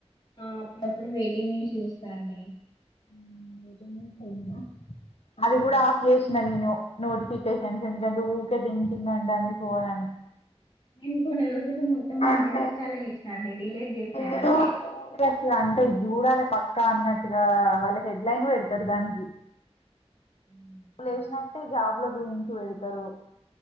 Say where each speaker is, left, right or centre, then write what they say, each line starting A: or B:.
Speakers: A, on the left; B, on the left.
A: ఆ అప్పుడప్పుడు వెయిటింగ్ న్యూస్ చూస్తా అండి
B: ఉ మీటింగ్ పోయిందా అది
A: ఉమ్.
B: గూడ ఆఫ్ జేసినా నేను నోటిఫికషన్స్ ఎందుకు అంటే ఊకె టిగ్ టిగ్ అంటంది ఫోన్ అని
A: ఇన్ కొన్ని రోజ్ కులు మొత్తం అన్
B: అంటే
A: ఇన్స్టాల్ చేసాన అండి డిలీట్ చేసిన యాపే
B: ఏదో క్యూరియస్గా అంటే ఇది చూడాలి పక్కా అన్నట్టుగా వాళ్ళ హెడ్లైన్ వెడతారు దానికి
A: ఉ
B: లేచినట్టే జాబ్ ల గురించి వెడతారు